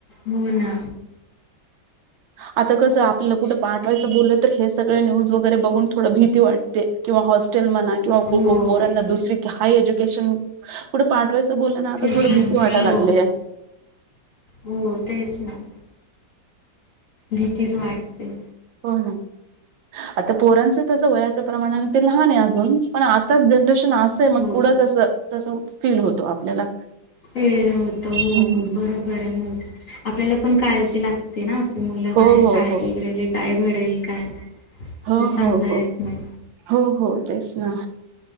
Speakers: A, on the left; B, on the right.
A: हो ना.
B: आता कसं आपल्याला कुठे
A: शेवटी
B: पा बोल तर हे सगळ न्यूज वगैरे बघून थोड भीती वाटते. किंवा हॉस्टेल म्हणा किंवा
A: हो.
B: पोरांना दुसरी हाय एज्युकेशन कुठे पाठवायचं बोलना.
A: तेच
B: तर
A: आहे.
B: थोड भीती वाटाला
A: हो
B: लागलेय.
A: हो तेच ना. भीती च वाटते.
B: हो ना आता पोरांच त्याच वयाच्या प्रमाणाने ते लहान आहे अजून पण आ आताच जनरेशन असय
A: हो.
B: मग पुढं कस कसं फील होतो आपल्याला.
A: फिल होत हो
B: हम्म.
A: बरोबर आहे मग आपल्याला पण काळजी लागते ना आपल्या मुला. बाहेर
B: हो
A: शाळेत
B: हो हो
A: वगेरे काय घडेल काय.
B: हो
A: ते सांगता
B: हो हो,
A: येत नाही.
B: हो हो तेच ना.